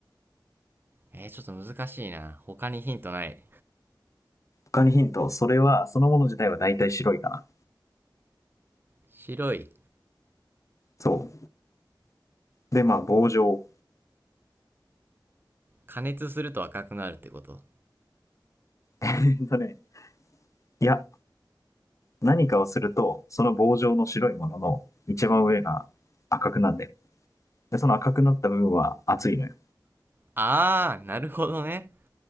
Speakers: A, on the right (about 25°); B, on the left (about 40°).
A: えー、ちょっと難しいな。他にヒントない。
B: 他にヒント、それは、そのもの自体は大体白いかな。
A: 白い。
B: そう。で、まあ、棒状。
A: 加熱すると赤くなるってこと。
B: えっとね、いや、何かをすると、その棒状の白いものの一番上が赤くなんだよ。で、その赤くなった部分は熱いのよ。
A: あー、なるほどね。